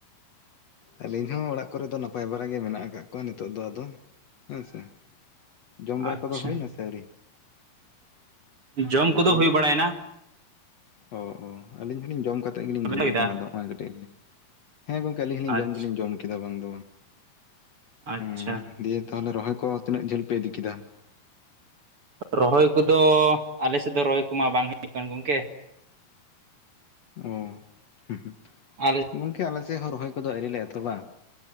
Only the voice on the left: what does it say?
ᱟᱹᱞᱤᱧ ᱦᱚᱸ ᱚᱲᱟᱜ ᱠᱚᱨᱮ ᱫᱚ ᱱᱟᱯᱟᱭ ᱵᱟᱨᱟᱜᱮ ᱢᱮᱱᱟᱜ ᱟᱠᱟᱜ ᱠᱚᱣᱟ ᱱᱤᱛᱚᱜ ᱫᱚ ᱟᱫᱚ ᱦᱮᱸ ᱥᱮ ᱾ ᱡᱚᱢ ᱵᱟᱨᱟ
ᱠᱚᱫᱚ ᱦᱳᱭ ᱱᱟ ᱥᱮ ᱟᱹᱣᱨᱤ?
ᱞᱟᱹᱭᱫᱟᱹᱧ
ᱚ ᱚ ᱟᱹᱞᱤᱧ ᱦᱩᱞᱤᱧ ᱡᱚᱢ ᱠᱟᱛᱮᱜ ᱜᱤᱞᱤᱧ
ᱫᱩᱨᱩᱵ
ᱟᱠᱟᱱᱟ ᱟᱫᱚ ᱦᱚᱸᱜ-ᱚᱭ ᱠᱟᱹᱴᱤᱡ ᱞᱤᱧ, ᱦᱮᱸ ᱜᱚᱝ ᱟᱹᱞᱤᱧ ᱦᱩᱞᱤᱧ
ᱡᱚᱢ ᱫᱩᱞᱤᱧ ᱡᱚᱢ ᱠᱮᱫᱟ ᱵᱟᱝ ᱫᱚ ᱵᱟᱝ ᱥ-ᱩ-ᱜ ᱾
ᱫᱤᱭᱮᱹ ᱛᱟᱞᱦᱮ ᱨᱚᱦᱚᱭ ᱠᱚ ᱛᱤᱱᱟᱹᱜ ᱡᱷᱟᱹᱞ ᱯᱮ ᱤᱫᱤ ᱠᱮᱫᱟ?
ᱚ ᱷᱩᱸᱦ ᱷᱩᱸᱦ,
ᱜᱚᱝᱠᱮ ᱟᱞᱮ ᱥᱮᱜ ᱦᱚᱸ ᱨᱚᱦᱚᱭ ᱠᱚᱫᱚ ᱟᱹᱣᱨᱤ ᱞᱮ ᱮᱛᱚᱦᱚᱵᱟ ᱾